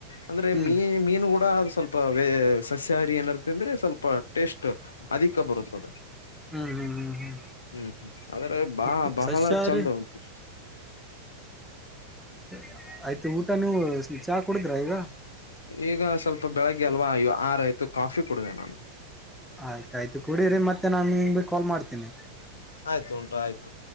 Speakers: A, on the left; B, in the centre.
A: ಅಂದ್ರೆ
B: ಹ್ಮ್
A: ಮೀ ಮೀನು ಕೂಡ ಸ್ವಲ್ಪ ವೇ ಸಸ್ಯಾಹಾರಿ ಏನರ್ತ ಅಂದ್ರೆ ಸ್ವಲ್ಪ ಟೇಸ್ಟ್ ಅಧಿಕ ಬರುತ್ತದೆ
B: ಹ್ಮ್ ಹ್ಮ್ ಹ್ಮ್ ಹ್ಮ್
A: ಹ್ಮ್ ಹ್ಮ್ ಆದ್ರೆ ಬಾ
B: ಮತ್ತೆ
A: ಬಹಳ
B: ಸಸ್ಯಾಹಾರಿ
A: ಚಂದ ಉಂಟು
B: ಸರಿ ಆಯ್ತು ಊಟನ ನೀವು ಕುಡಿದ್ರ ಈಗ
A: ಈಗ ಸ್ವಲ್ಪ ಬೆಳಗ್ಗೆ ಅಲ್ವಾ ಆರಾಯಯ್ತು ಕಾಫಿ ಕುಡ್ಡೆ ನಾನು
B: ಆಯ್ತಾಯ್ತು ಕುಡ್ರರಿ ಮತ್ತೆ ನಾನು ಹಿಂಗ ಬಿ ಕಾಲ್ ಮಾಡ್ತೀನಿ
A: ಆಯ್ತು ಉಟು ಆಯ್ತು